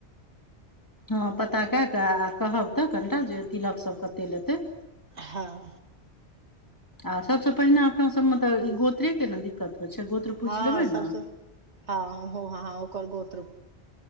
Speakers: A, on the left (about 15°); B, on the right (about 75°).
A: हँ, पता कऽ कऽ आ कहब तऽ कनिटा जे तिलक सभ कते लेतै।
B: हँ
A: आ सभसँ पहिने अपना सभमे तऽ ई गोत्रे के ने दिक्कत होइ छै, गोत्र पूछि
B: हँ
A: लेबै
B: सभसँ
A: ने।
B: हँ हँ हँ, ओकर गोत्र।